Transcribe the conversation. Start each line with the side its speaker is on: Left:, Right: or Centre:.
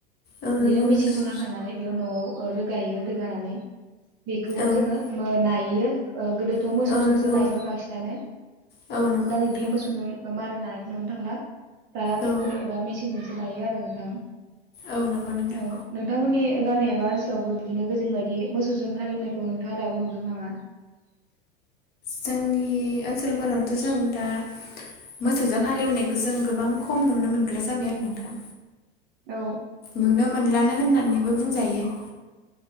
Left: औ
Right: बेयो
Left: नंगौ
Right: मेसिनजों
Left: नोंथां
Right: हाखांनानै बेयाव न'आव ओ रोगायो-रोगानानै बेखौबो
Left: औ
Right: जोङो मोनायो ओ गोदो थ'
Left: औ
Right: मोसौजोंसो
Left: नंगौ
Right: नायोमोन बांसिनानो
Left: औ नंगौ
Right: दा
Left: नोंथां
Right: बिब्दि मोसौजों मारोन नानायखौ नुनो थांला। दा ट्रेक्टर
Left: औ
Right: एबा मेसिनजोंसो नायो आरो। नोंथाङा
Left: औ नंगौ नोंथां
Right: औ नोंथांमोननि गामि एबा ओनसोलावबो बिदिनो गोदोनि बायदि मोसौजों हाल एवनायखौ नोंथाङा दाबो नुदों नामा? <unintelligible>
Left: जोंनि ओनसोलफोरावथ' जों दा मोसौजों हाल एवनायखौ जों गोबां खम नुनो मोनग्रा जाबाय आरो नोंथां।
Right: औ
Left: नुनो मोनलानो होननानैबो बुंजायो।